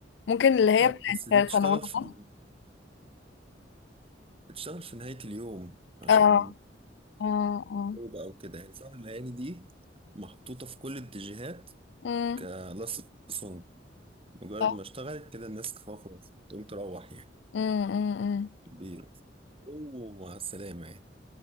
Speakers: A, on the left (about 65°); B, on the right (about 30°).
A: ممكن اللي هي
B: اه بس دي
A: بتاعت
B: بتشتغل
A: سنة أولى
B: في ال...
A: ده.
B: بتشتغل في نهاية اليوم عشان
A: اه اه اه
B: الخطوبة أو كده يعني سهر الليالي دي محطوطة في كل اتجاهات
A: مم.
B: كلاست سونج مجرد
A: آه،
B: ما اشتغلت كده الناس خلاص هتقوم تروح يعني
A: مم، مم، مم.
B: بيرقص ومع السلامة يعني